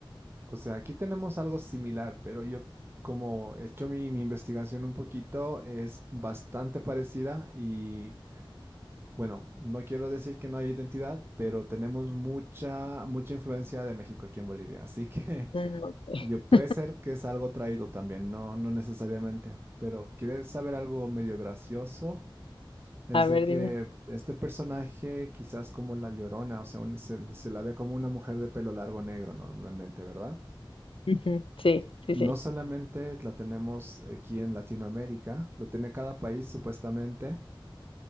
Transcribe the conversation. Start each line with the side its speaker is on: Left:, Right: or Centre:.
Right: O sea, aquí tenemos algo similar, pero yo como he hecho mi, mi investigación un poquito, es bastante parecida y Bueno, no quiero decir que no hay identidad, pero tenemos mucha, mucha influencia de México aquí en Bolivia. Así que <laughs>
Left: Mm, ok.
Right: yo
Left: <laughs>
Right: puede ser que es algo traído también, no, no necesariamente. Pero ¿quieres saber algo medio gracioso? Es
Left: A
Right: de
Left: ver,
Right: que
Left: dime.
Right: este personaje, quizás como la Llorona, o sea, un- se, se la ve como una mujer de pelo largo negro normalmente, ¿verdad?
Left: Ujú, Sí, sí,
Right: No
Left: sí.
Right: solamente la tenemos aquí en Latinoamérica, la tiene cada país supuestamente.